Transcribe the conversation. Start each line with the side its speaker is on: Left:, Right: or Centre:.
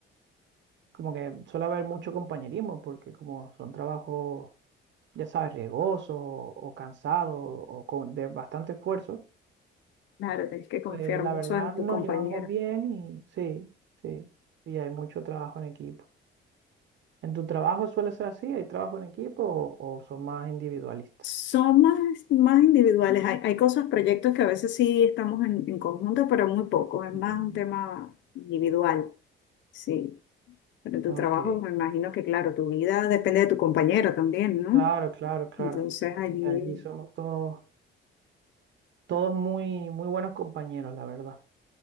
Right: como que suele haber mucho compañerismo porque como son trabajos, ya sabes, riesgosos o, o cansados o con, de bastante esfuerzo.
Left: Claro, tienes que confiar
Right: Pues la
Left: mucho
Right: verdad
Left: en tu
Right: nos
Left: compañero.
Right: llevamos bien y sí, sí, y hay mucho trabajo en equipo. ¿En tu trabajo suele ser así? ¿Hay trabajo en equipo o, o son más individualistas?
Left: Son más, más individuales. Hay, hay cosas, proyectos que a veces sí estamos en, en conjunto, pero muy poco. Es más
Right: Mm.
Left: un tema individual, sí. Pero en tu
Right: Ok,
Left: trabajo, me imagino que, claro, tu vida depende de tu compañero también, ¿no?
Right: claro, claro, claro.
Left: Entonces, allí,
Right: Sí, Allí somos todos, todos muy, muy buenos compañeros, la verdad.